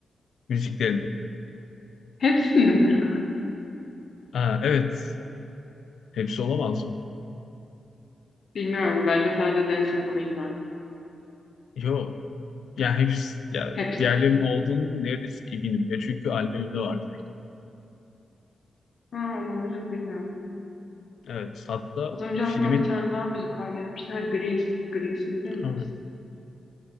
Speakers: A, on the left; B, on the left.
A: Müziklerini.
B: Hepsini mi?
A: Aa, evet. Hepsi olamaz mı?
B: Bilmiyorum. Bence sadece Dancing Queen var.
A: Yo. Ya hepsi, ya
B: Hepsi.
A: diğerlerinin olduğunu neredeyse eminim. Ya çünkü albümde vardı.
B: Ha, olabilir bilmiyorum.
A: Evet. Hatta
B: Az önce
A: filmin
B: aklıma bir tane daha müzikal gelmişti. Ha, Grease. Grease'i bilir misin?
A: ha,